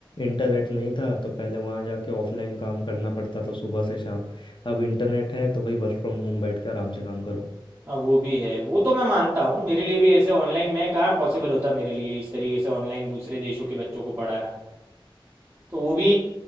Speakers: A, on the left; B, on the right.
A: इंटरनेट नहीं था तो पहले वहाँ जाके ऑफलाइन काम करना पड़ता था सुबह से शाम अब इंटरनेट है तो भाई वर्क फ्रॉम होम बैठ के आराम से काम करो
B: हाँ वो भी है वो तो मैं मानता हूँ मेरे लिए भी ऐसे ऑनलाइन मैं कहाँ पॉसिबल होता मेरे लिए इस तरीके से ऑनलाइन दूसरे देशों के बच्चों को पढ़ाना तो वो भी